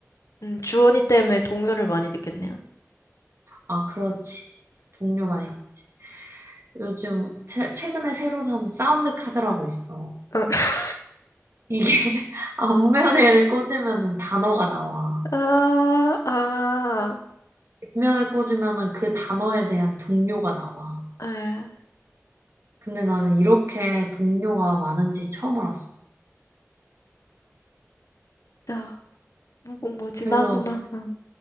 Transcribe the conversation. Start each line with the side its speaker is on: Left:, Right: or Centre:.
Left: 음, 주원이 때문에 동요를 많이 듣겠네요?
Right: 아, 그렇지. 동료 많이 있지. 요즘 최, 최근에 새로 산 사운드 카드라고 있어.
Left: <laughs>
Right: 이게 <laughs> 앞면에를 꽂으면은 단어가 나와.
Left: 아, 아,
Right: 뒷면을 꽂으면은 그 단어에 대한 동료가 나와.
Left: 아,
Right: 근데 나는 이렇게 동료가 많은지 처음 알았어.
Left: 자 무궁무진하구나.
Right: 그래서
Left: 응.